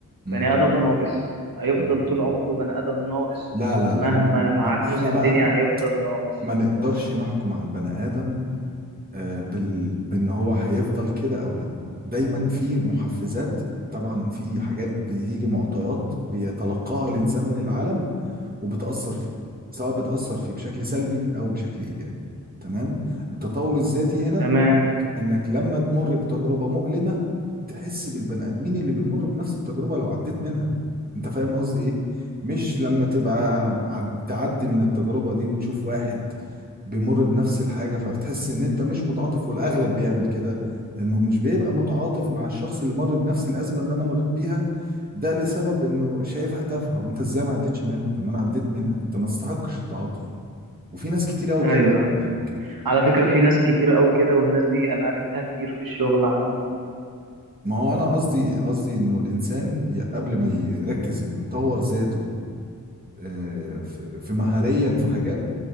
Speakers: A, on the right; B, on the right.
A: امم
B: بني آدم ناقص هيفضل
A: أمم.
B: طول عمره بني آدم ناقص
A: لا لا
B: مهما
A: لا م-
B: معاه
A: م-
B: كنوز
A: احنا
B: الدنيا
A: بقى
B: هيفضل ناقص
A: ما نقدرش نحكم على البني آدم آه، بال... بان هو هيفضل كده او لا دايما في محفزات طبعا في حاجات بتيجي معطيات بيتلقاها الانسان من العالم وبتأثر فيه سواء بتأثر فيه بشكل سلبي أو بشكل إيجابي تمام التطور الذاتي هنا
B: تمام
A: إنك إنك لما تمر بتجربة مؤلمة تحس بالبني آدمين اللي بيمر بنفس التجربة لو عديت منها أنت فاهم قصدي إيه؟ مش لما تبقى عد- تعدي من التجربة دي وتشوف واحد بيمر بنفس الحاجة فبتحس ان انت مش متعاطف والاغلب بيعمل كده انه مش بيبقى متعاطف مع الشخص اللي مر بنفس الازمة اللي انا مريت بيها ده لسبب انه شايفها تافهه وانت ازاي ما عدتش منها طب ما انا عديت منها انت ما تستحقش التعاطف وفي ناس كتير قوي
B: ايوه
A: كده
B: ايوه
A: خلي بالك
B: على فكرة في ناس كتير قوي كده والناس دي انا قابلتها كتير في الشغل عامة
A: ما هو انا قصدي قصدي انه الانسان ي- قبل ما يركز انه يطور ذاته آه، في في مهاريا في حاجات